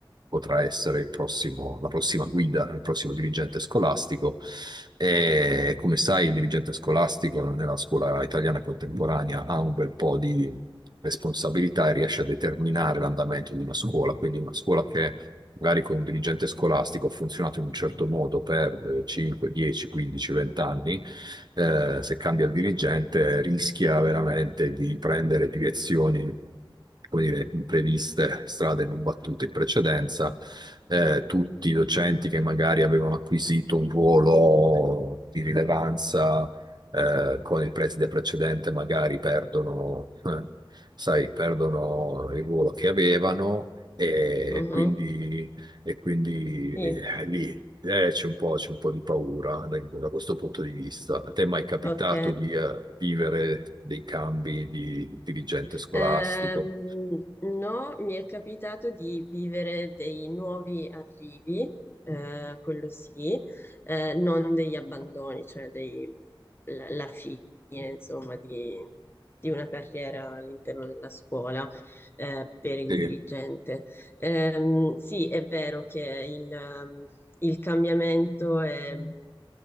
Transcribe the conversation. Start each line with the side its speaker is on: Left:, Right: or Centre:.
Right: potrà essere il prossimo, la prossima guida, il prossimo dirigente scolastico. E come sai, il dirigente scolastico nella scuola italiana contemporanea ha un bel po' di responsabilità e riesce a determinare l'andamento di una scuola, quindi una scuola che magari con un dirigente scolastico ha funzionato in un certo modo per eh, 5, 10, 15, 20 anni eh, se cambia il dirigente, rischia veramente di prendere direzioni, come dire, impreviste, strade non battute in precedenza. Eh, tutti i docenti che magari avevano acquisito un ruolo di rilevanza eh, con il preside precedente, magari perdono, eh, sai, perdono il ruolo che avevano. E
Left: mhm,
Right: quindi, e quindi
Left: sì,
Right: eh, lì eh, c'è un po', c'è un po' di paura da, da questo punto di vista. A te è mai capitato
Left: ok.
Right: di eh, vivere dei cambi di dirigente scolastico?
Left: Ehm, no, mi è capitato di vivere dei nuovi arrivi, eh, quello sì, eh, non degli abbandoni, cioè dei- la, la fine, insomma, di, di una carriera all'interno della scuola, eh, per il
Right: Sì.
Left: dirigente. Ehm, sì, è vero che il, ehm, il cambiamento è